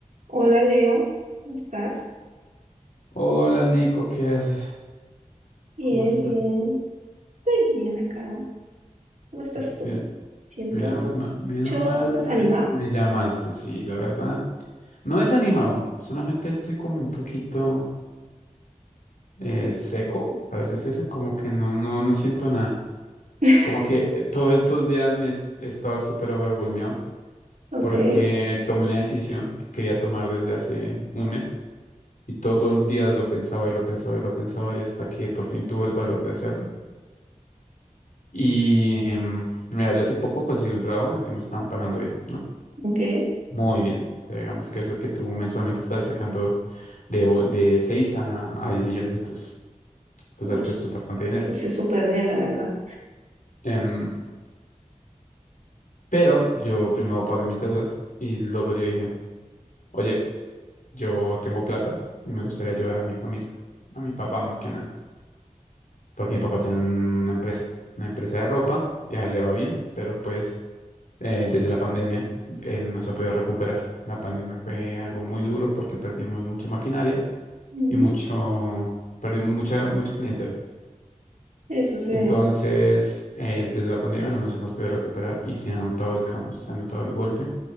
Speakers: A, on the right; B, on the left.
A: Hola Leo, ¿cómo estás?
B: Hola Nico, ¿qué haces?
A: Bien,
B: ¿Cómo estás?
A: bien, estoy bien acá. ¿Cómo estás
B: Bien,
A: tú? Siento,
B: mira, menos mal, menos
A: escucho
B: mal
A: desanimado.
B: me, me llamaste, sí, la verdad. No desanimado, solamente estoy como un poquito eh, seco, para así decirlo, como que no, no, no siento nada.
A: <laughs>
B: Como que eh, todos estos días me he est- he estado súper overwhelmeado
A: Ok,
B: porque tomé una decisión que quería tomar desde hace un mes y todos los días lo pensaba y lo pensaba y lo pensaba y hasta que por fin tuve el valor de hacerlo. Y em, mira, yo hace poco conseguí un trabajo en el que me estaban pagando bien, ¿no?
A: ok.
B: Muy bien. O sea, digamos que eso que tú mensualmente estás sacando de, o- de 6 a, a 10 millones de pesos. Tú
A: Ush,
B: sabes que eso es bastante dinero.
A: eso sí, súper bien, la verdad.
B: Em, pero yo primero pagué mis deudas y luego yo dije, oye, yo tengo plata y me gustaría ayudar a mi familia, a mi papá más que nada, porque mi papá tiene una empresa, una empresa de ropa y a él le va bien, pero pues eh, desde la pandemia. eh, no se ha podido recuperar. La pandemia fue algo muy duro porque perdimos mucha maquinaria
A: Ujú,
B: y mucho, perdimos mucha, mucha clientela.
A: Eso sí,
B: Entonces, eh, desde la pandemia no nos hemos podido recuperar y se ha notado el cambio, se ha notado el golpe,